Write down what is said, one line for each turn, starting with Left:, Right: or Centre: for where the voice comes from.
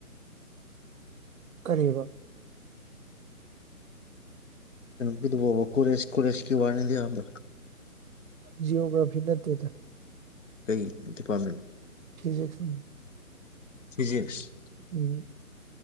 Right: ꯀꯥꯔꯤꯕ
Left: ꯀꯣꯅꯣꯒꯤꯗꯨꯕꯣꯕ ꯀꯣꯂꯦꯖ-ꯀꯣꯂꯦꯖꯀꯤ ꯋꯥꯅꯤꯗ ꯏꯌꯥꯝꯕ
Right: ꯖꯤꯑꯣꯒ꯭ꯔꯥꯐꯤ ꯅꯠꯇꯦꯗ
Left: ꯀꯩ ꯗꯤꯄꯥꯔꯗꯃꯦꯟꯅꯣ
Right: ꯐꯤꯖꯤꯛꯁ ꯎꯨꯝ
Left: ꯐꯤꯖꯤꯛꯁ-
Right: ꯎꯨꯝ